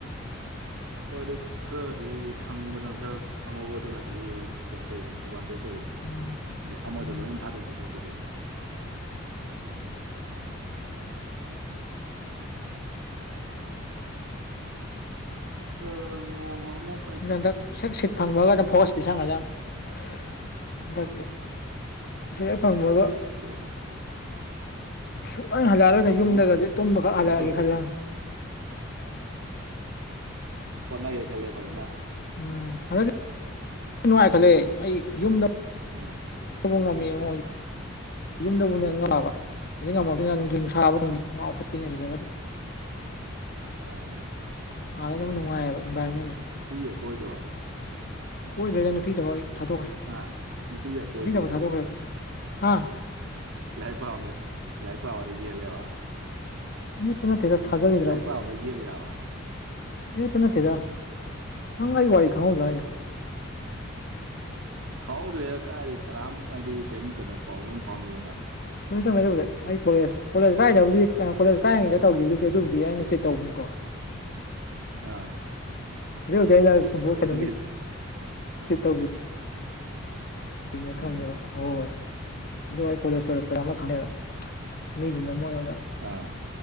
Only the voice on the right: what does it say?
ꯍꯣꯏ ꯑꯗꯨ ꯈꯔꯗꯤ ꯈꯪꯕꯗꯅ ꯈꯔ ꯈꯪꯍꯧꯕꯗꯨꯅꯗꯤ ꯀꯩꯅꯣ ꯇꯧꯋꯤꯗꯅ ꯑꯦꯗꯚꯥꯟꯇꯦꯖ ꯑꯣꯏꯗꯅ
ꯍꯥꯏꯗꯤ ꯑꯃꯗ
ꯂꯣꯏ ꯊꯥꯗꯣꯛꯇ ꯁꯛꯄꯗꯤ <unintelligible> ꯑ ꯅꯣꯡꯃ ꯑꯃꯨꯛ
ꯇꯧꯁꯤꯜꯂꯛꯇ
ꯅꯣꯡꯃꯃꯨꯛ
ꯀꯩꯅꯣ
ꯇꯧꯁꯦ
ꯍꯣꯠꯅꯒꯦ ꯈꯜꯂꯦ ꯐꯖꯅ
ꯎꯝ
ꯑꯥ
ꯑ
ꯅꯨꯄꯤꯒ ꯀꯣꯏꯗ꯭ꯔꯣ
ꯍꯥꯥ ꯅꯨꯄꯤꯒ ꯀꯣꯏꯗ꯭ꯔꯥꯕꯣ
ꯍꯧꯖꯤꯛ
ꯂꯥꯏꯔꯤꯛ ꯄꯥꯕꯗ ꯂꯥꯏꯔꯤꯛ ꯄꯥꯕꯗ ꯌꯦꯜꯂꯦꯕ
ꯂꯥꯏꯔꯤꯛ ꯄꯥꯕꯗ ꯌꯦꯠꯂꯤꯔꯕ
ꯈꯪꯍꯧꯗ꯭ꯔꯦ ꯀꯥꯏꯗ ꯀꯅꯥꯝ ꯍꯥꯏꯗꯤ ꯀꯔꯤꯝ ꯀꯩꯅꯣ ꯄꯥꯎꯁꯨ ꯐꯪꯅꯗꯅ
ꯑ
ꯆꯤꯠ
ꯇꯩꯕꯅꯤꯒ
ꯎꯝ
ꯑꯥ